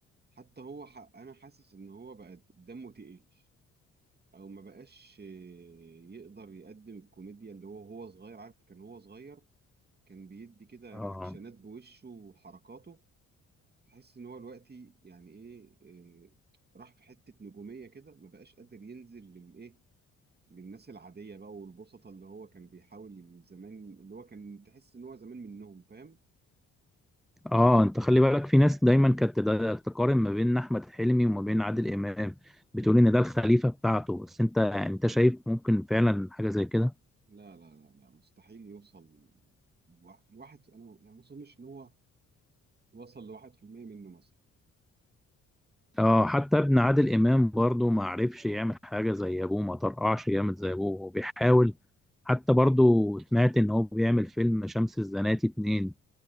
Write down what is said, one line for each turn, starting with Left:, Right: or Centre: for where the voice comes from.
Right: حتى هو ح... أنا حاسس إن هو بقى دمه تقيل او ما بقاش آه، يقدر يقدم الكوميديا اللي هو هو صغير عارف كان هو صغير كان بيدي كده
Centre: اه
Right: رياكشنات بوشه وحركاته تحس ان هو دلوقتي يعني ايه آه، راح في حتة نجومية كده ما بقاش قادر ينزل للايه للناس العادية بقى والبسطة اللي هو كان بيحاول زمان اللي هو كان تحس ان هو زمان منهم فاهم
Centre: اه انت خلي بالك في ناس دايما كانت تدا- تقارن ما بين احمد حلمي وما بين عادل امام بتقول ان ده الخليفه بتاعته بس انت يعني انت شايف ممكن فعلا حاجه زي كده
Right: لا لا لا لا مستحيل يوصل لواحد لواحد- انا أنا ما اظنش ان هو وصل لواحد في المية منه مثلا
Centre: اه حتى ابن عادل امام برضه ما عرفش يعمل حاجه زي ابوه ما طرقعش جامد زي ابوه هو بيحاول حتى برضه سمعت ان هو بيعمل فيلم شمس الزناتي اتنين